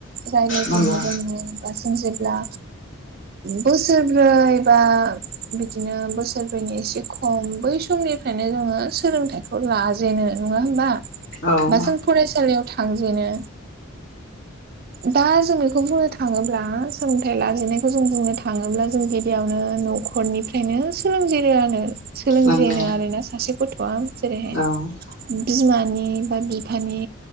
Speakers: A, on the right; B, on the left.
A: राय्लायजेननो
B: नंगौ
A: रोङो बा जों जेब्ला बोसोरब्रै बा बिदिनो बोसोरब्रैनि एसे खम खम बै समनिफ्रायनो जोङो सोलोंथाइखौ लाजेनो नङा होमबा
B: औ
A: बा जों फरायसालियाव थांजेनो दा जों बेखौ बुंनो थाङोब्ला सोलोंथाइ लाजेननायखौ जों बुंनो थाङोब्ला जों गिबियावनो न'खर खरनिफ्रायनो सोलोंजेनो आरो सोलोंजेनो
B: नंगौ
A: आरोना सासे गथ'आ जेरैहाय
B: औ नंगौ औ
A: बिमानि बा बिफानि